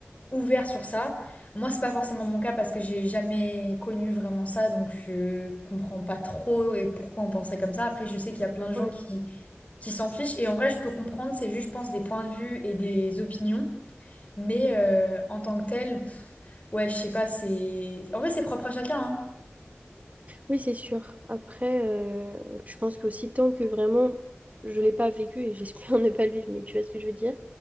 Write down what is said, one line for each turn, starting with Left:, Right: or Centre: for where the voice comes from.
Left: ouverts sur ça. Moi, c'est pas forcément mon cas parce que j'ai jamais connu vraiment ça, donc je comprends pas trop et pourquoi on pensait comme ça. Après, je sais qu'il y a plein de gens
Right: Ouais.
Left: qui, qui s'en fichent et en vrai, je peux comprendre, c'est juste, je pense, des points de vue et des opinions. Mais euh, en tant que tel, Ouais, je sais pas, c'est... En vrai, c'est propre à chacun, hein.
Right: Oui, c'est sûr. Après, euh, je pense qu'aussi tant que vraiment je l'ai pas vécu et j'espère <laughs> ne pas le vivre, mais tu vois ce que je veux dire,